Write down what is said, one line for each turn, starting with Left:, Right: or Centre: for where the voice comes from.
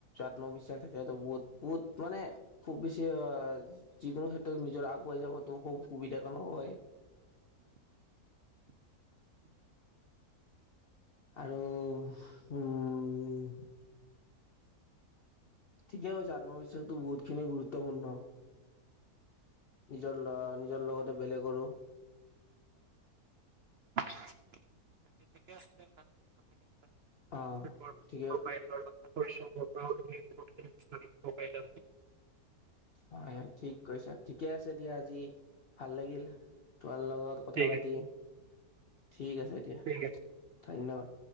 Left: আত্মবিশ্বাস থাকে য'ত বহুত বহুত মানে খুব বেছি অ' যিকোনো ক্ষেত্ৰত নিজৰ আগুৱাই যাবো খুব সুবিধা কানো হয়।
Right: <inaudible>
Left: আৰু উম' ঠিকেই কৈছে আত্মবিশ্বাসটো বহুতখিনি গুৰুত্বপূৰ্ণ। নিজৰ নিজৰ লগতে বেলেগৰো
Right: <inaudible>
Left: অ'
Right: তোমাৰ পৰা-
Left: ঠিকে।
Right: তোমাৰ পৰা- <unintelligible>
Left: হয় হয় ঠিক কৈছা, ঠিকে আছে দিয়া আজি ভাল লাগিল। তাৰ লগত কথা
Right: ঠিক
Left: পাতি
Right: আছে।
Left: ঠিক আছে এতিয়া
Right: ঠিক আছে।
Left: ধন্যবাদ।